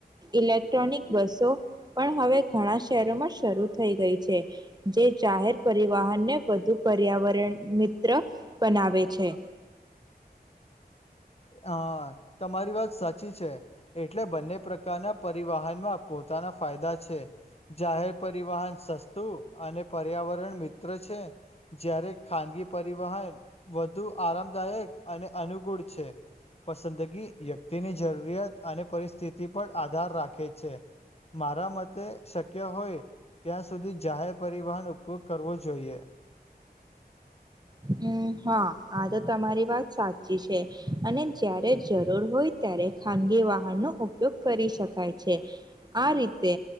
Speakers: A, on the right; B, on the left.
A: ઇલેક્ટ્રોનિક બસો પણ હવે ઘણા શહેરોમાં શરૂ થઈ ગઈ છે જે જાહેર પરિવહનને વધુ પર્યાવરણ ત્ર બનાવે છે.
B: હા. તમારી વાત સાચી છે. એટલે બંને પ્રકારના પરિવાહનમાં પોતાના ફાયદા છે જાહેર પરિવાહન સસ્તું અને પર્યાવરણ મિત્ર છે જ્યારે ખાનગી પરિવહન વધુ આરામદાયક અને અનુકૂળ છે. પસંદગી વ્યક્તિની જરૂરિયાત અને પરિસ્થિતિ પર આધાર રાખે છે મારા મતે શક્ય હોય ત્યાં સુધી જાહેર પરિવાહન ઉપયોગ કરવો જોઈએ.
A: હમ્મ હા આ તો તમારી વાત સાચી છે અને જ્યારે જરૂર હોય ત્યારે ખાનગી વાહનનો ઉપયોગ કરી શકાય છે આ રીતે